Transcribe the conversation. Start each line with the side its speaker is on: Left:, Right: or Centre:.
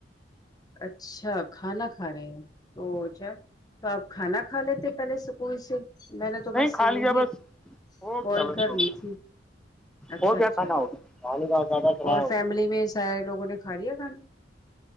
Left: اچھا کھانا کھا رہے ہیں تو کیا تو آپ کھانا کھا لیتے پہلے سکول سے میں نے تو
Centre: نہیں
Left: بس
Centre: کھا
Left: یہی
Centre: لیا بس ہو
Left: کال
Centre: گیا بس
Left: کر
Centre: ہو گیا
Left: لی تھی اچھا
Centre: ہو گیا
Left: اچھا
Centre: کھانا ہوگیا پانی کا زیادہ چلایا
Left: اور
Centre: ہو
Left: فیملی میں سارے لوگوں نے کھا لیا کھانا